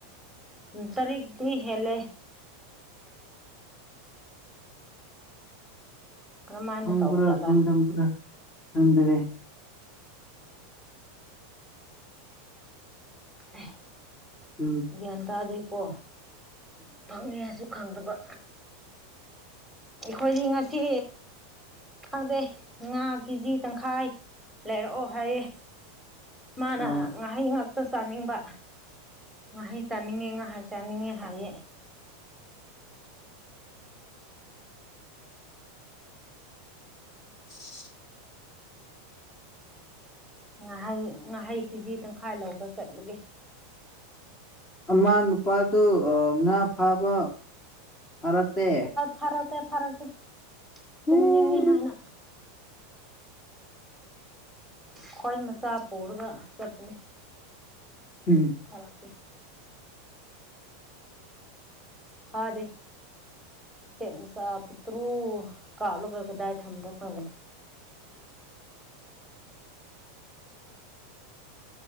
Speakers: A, in the centre; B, on the left.
A: ꯇꯔꯦꯛꯇꯗꯤ ꯍꯦꯜꯂꯦ ꯀꯔꯝꯍꯥꯏꯅ
B: ꯐꯣꯡ
A: ꯇꯧꯕ
B: ꯄꯨꯔꯥ
A: ꯌꯥꯠꯂꯥ
B: ꯐꯪ ꯊꯝ ꯄꯨꯔꯥ ꯐꯟꯗꯔꯦ
A: ꯑ <unintelligible>
B: ꯎꯝ
A: ꯒ꯭ꯌꯥꯟ ꯇꯥꯗꯦꯀꯣ ꯐꯪꯅꯤ ꯍꯥꯏꯕꯁꯨ ꯈꯪꯗꯕ ꯑꯩꯈꯣꯏꯗꯤ ꯉꯁꯤ ꯈꯪꯗꯦ ꯉꯥ ꯀꯦꯖꯤ ꯇꯪꯈꯥꯏ ꯂꯩꯔꯛꯑꯣ ꯍꯥꯏꯌꯦꯦ ꯃꯥꯅ
B: ꯑ
A: ꯍ ꯉ ꯑꯇ ꯆꯥꯅꯤꯡꯕ ꯉꯥꯍꯩ ꯆꯥꯅꯤꯡꯉꯦ ꯉꯥꯍꯥ ꯆꯥꯅꯤꯡꯉꯦ ꯍꯥꯏꯌꯦ
B: <inaudible>
A: ꯉꯍꯥꯏ ꯉꯍꯩ ꯀꯦꯖꯤ ꯇꯪꯈꯥꯏ ꯂꯧꯕ ꯆꯠꯂꯒꯦ
B: ꯃ ꯅꯨꯄꯥꯗꯨ ꯉꯥ ꯐꯥꯕ ꯐꯥꯔꯛꯇꯦ
A: ꯐꯔꯛꯇꯦ ꯐꯔꯛꯇꯦ ꯇꯨꯝꯅꯤꯡꯉꯤ
B: ꯎꯝ
A: ꯍꯥꯏꯅ ꯑꯈꯣꯏ ꯃꯆꯥ ꯄꯨꯔꯒ ꯆꯠꯄꯅꯤ
B: ꯎꯝ
A: ꯐꯔꯛꯄꯦ ꯍꯗꯦ ꯎꯆꯦꯛ ꯃꯨꯆꯥ ꯄꯤꯠꯇ꯭ꯔꯨ ꯀꯥꯞꯂꯒ ꯀꯗꯥꯏ ꯊꯝꯗ꯭ꯔꯥ ꯈꯪꯅꯩ